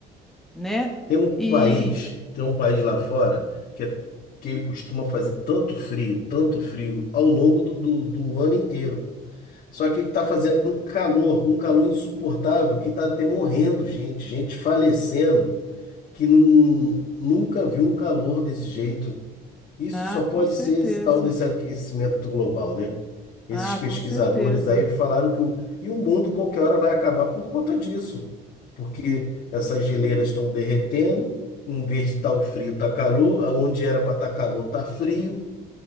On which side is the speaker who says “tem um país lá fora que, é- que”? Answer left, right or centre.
Left